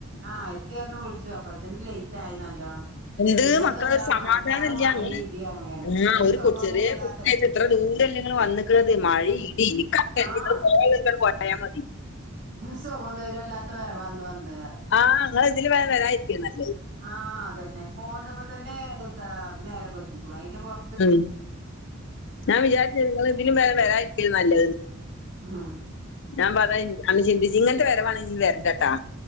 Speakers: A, on the right; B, on the left.
A: ആഹ് എത്തി പറഞ്ഞണം വിളിച്ചു അപ്പഴത്തന് ലേറ്റ് ആയി നല്ലോണം
B: എന്ത്
A: പിന്നെ
B: മക്കളെ
A: അതല്ല
B: ഒരു സമാധാനം
A: മഴക്കാറ
B: ഇല്ല
A: മഴ
B: ഇങ്ങൾ
A: ഇടി അങ്ങനെ
B: ആ
A: അവര്
B: ഒരു
A: സുഖം
B: കൊ ചെറിയ
A: തരല്ലാ
B: ഇത്ര ദൂരമല്ല നിങ്ങൾ വന്നിക്ക മഴ ഇടി ഇനിക്കണ്ട
A: ആഹ്
B: നിങ്ങൾ പോ നിങ്ങൾ കുയാൽ മതി
A: ഒരു സുഖം തൊരും അല്ലാത്ത വറെ വന്ന വന്ന് വറെ
B: ആഹ് അങ്ങനെ ഇതിലും ഭേതാ വരാതിരിക്കുന്ന താരിക്കുനല്ലത്
A: ആഹ് അതന്നെ പോകന്നപ്പോ തന്നെ ഇതാ നേരം വൈകിക്കാണും അതിന്റെ പുറ
B: ഉം ഞാൻ വിചാരിച്ച നിങ്ങ ഇതിനും വേരെ വരാതിരിക്ക നല്ലന്ന്
A: ആഹ്
B: ഞാൻ പറത അന്ന് ചിന്തിച്ചു ഇങ്ങനട്ടെ വരവാണെങ്കിൽ വരണ്ടേട്ടാ